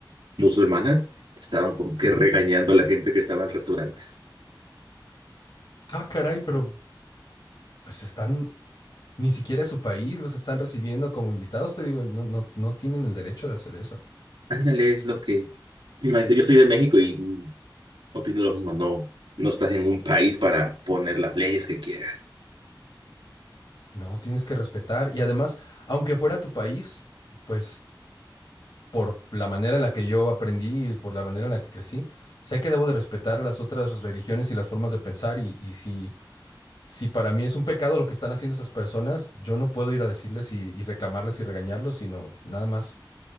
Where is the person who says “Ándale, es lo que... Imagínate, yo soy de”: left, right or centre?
Right